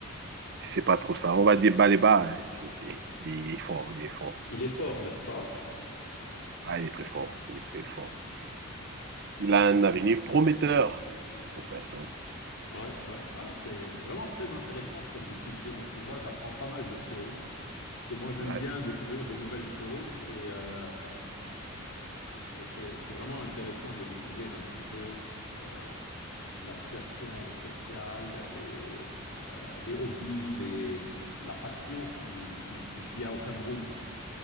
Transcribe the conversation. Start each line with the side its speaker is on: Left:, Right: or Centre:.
Right: c'est pas trop ça. On va dire Baleba. hein. C'est- c'est- il est fort, il est fort.
Left: Il est fort, n'est-ce pas?
Right: Ah, il est très fort, il est très fort. Il a un avenir prometteur, pour faire simple.
Left: Ouais, ouais. Ah, c'est vraiment très intéressante cette discussion. Tu vois, j'apprends pas mal de choses. Parce que moi, j'aime
Right: Ouais.
Left: bien découvrir de nouvelles choses et, euh, et c'est, c'est vraiment intéressant de découvrir un petit peu euh, la situation sociale, les, euh, les hobbies, les, la passion qui, qui, qui, qu'il y a au Cameroun.